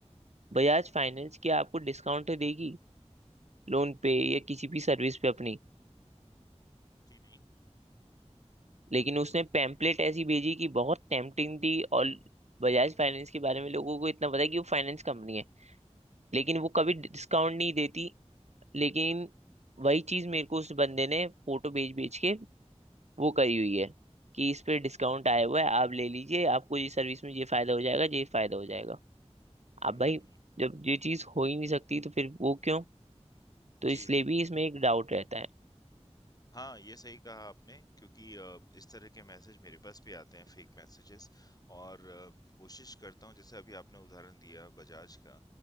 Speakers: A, on the right; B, on the left.
A: बजाज फाइनेंस क्या आपको डिस्काउंट देगी लोन पे या किसी भी सर्विस पे अपनी
B: जी, नहीं?
A: लेकिन उसने पैम्पलेट ऐसी भेजी कि बहुत टेम्पटिंग थी और बजाज फाइनेंस के बारे में लोगों को इतना पता है कि वो फाइनेंस कंपनी है लेकिन वो कभी डिस्काउंट नहीं देती लेकिन वही चीज मेरे को उस बंदे ने फोटो भेज भेज के वो करी हुई है कि इस पे डिस्काउंट आया हुआ है आप ले लीजिए आपको ये सर्विस में ये फायदा हो जाएगा ये फायदा हो जाएगा अब
B: हुँ,
A: भाई जब ये चीज हो ही नहीं सकती तो फिर वो क्यों
B: जी,
A: तो इसलिए
B: जी।
A: भी इसमें एक डाउट रहता है
B: हाँ, ये सही कहा आपने क्योंकि अ, इस तरह के मैसेज मेरे पास भी आते हैं फेक मैसेजेस और अ, कोशिश करता हूँ जैसे अभी आपने उदाहरण दिया बजाज का,